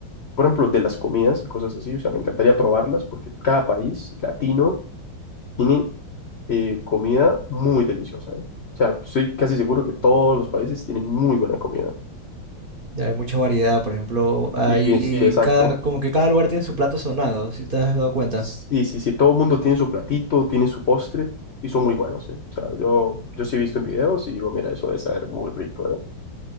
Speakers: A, on the left; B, on the right.
A: por ejemplo, de las comidas y cosas así, o sea, me encantaría probarlas, porque cada país latino tiene eh, comida muy deliciosa, ¿eh? O sea, estoy casi seguro que todos los países tienen muy buena comida.
B: Ya hay mucha variedad, por ejemplo, hay
A: Y sí, exacto.
B: cada, como que cada lugar tiene su plato sonado, si te has dado cuenta.
A: Sí,
B: <laughs>
A: sí, sí, todo el mundo tiene su platito, tiene su postre y son muy buenos, ¿eh? O sea, yo, yo sí he visto en videos y digo, mira, eso debe saber muy rico, ¿eh?